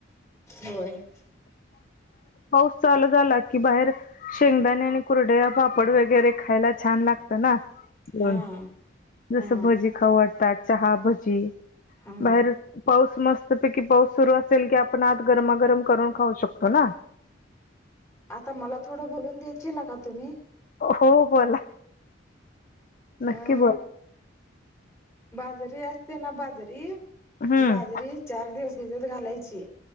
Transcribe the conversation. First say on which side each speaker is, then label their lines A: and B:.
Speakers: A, on the left; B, on the left.
A: होय. <inaudible>
B: पाऊस चालू झाला की बाहेर. शेंगदाणे आणि कुरडया, पापड वगैरे खायला छान लागत ना.
A: हा
B: ब जस
A: हा
B: भजी खाऊ वाटतात, चहा भजी
A: हा
B: बाहेरच. पाऊस मस्त पैकी पाऊस सुरू असेल की, आपण आत गरमागरम करून खाऊ शकतो ना.
A: आता मला थोडं, बोलून देचीला का तुम्ही.
B: हो बोला, नक्की
A: अ
B: बोला.
A: बाजरी असते ना बाजरी
B: हम्म
A: बाजरी, चार दिवस भिजत घालायची.